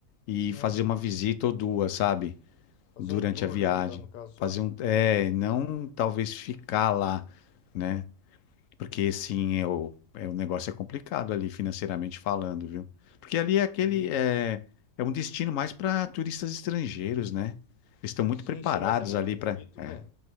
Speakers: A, on the left; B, on the left.
A: e
B: Ah,
A: fazer
B: sim.
A: uma visita ou duas, sabe?
B: Fazer
A: Durante
B: um tour
A: a viagem.
B: lá de lá no caso só.
A: Fazer um. É, não talvez ficar lá, né? Porque sim, é o, é, o negócio é complicado ali financeiramente falando, viu? Porque ali é aquele
B: É bem.
A: é, é um destino mais para turistas estrangeiros, né? Eles estão muito
B: Sim,
A: preparados
B: sim, mas é muito
A: ali
B: bonito,
A: para é,
B: né?